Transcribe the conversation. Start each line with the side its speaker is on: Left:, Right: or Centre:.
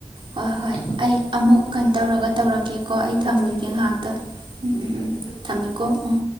Right: ꯍꯣꯏ
Left: ꯎꯝ
Right: ꯍꯣꯏ ꯑꯩ ꯑꯃꯨꯛ
Left: ꯍꯣꯏ ꯍꯣꯏ
Right: ꯀꯩꯅꯣ ꯇꯧꯔꯒ ꯇꯧꯔꯛꯀꯦꯀꯣ ꯑꯩ ꯊꯝꯒꯤꯒꯦ
Left: ꯍꯣꯏ ꯍꯣꯏ ꯏꯆꯦ
Right: ꯉꯥꯏꯍꯥꯛꯇ ꯎꯝ ꯎꯝ
Left: ꯊꯝꯃꯦ
Right: ꯎꯝ
Left: ꯊꯝꯃꯦ
Right: ꯊꯝꯃꯦꯀꯣ ꯎꯝ